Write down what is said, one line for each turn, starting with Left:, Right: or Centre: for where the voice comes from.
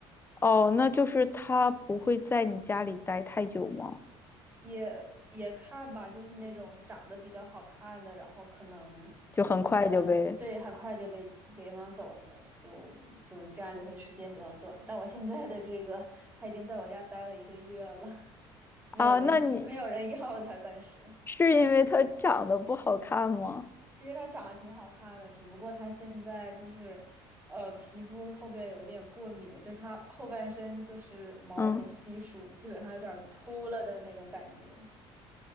Left: 哦，那就是它不会在你家里待太久吗？
Right: 也也看吧，就是那种长得比较好看的，然后可能没什么，
Left: 就很快就被
Right: 对，很快就被领养走了，就就这样就会时间比较短。但我现在的这个，他已经在我家待了一个月了，<laughs> 没有人
Left: 啊？那你
Right: <laughs> 没有人要他，暂时。
Left: 是因为它长得不好看吗？
Right: 其实他长得挺好看的，只不过他现在就是，呃，皮肤后边有一点过敏，就是他后半身就是毛儿很稀疏，
Left: 嗯。
Right: 基本上有点儿秃了的那种感觉。